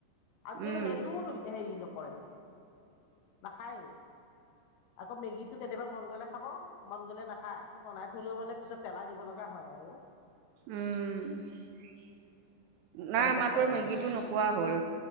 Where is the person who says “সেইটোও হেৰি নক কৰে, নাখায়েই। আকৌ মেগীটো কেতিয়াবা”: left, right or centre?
Left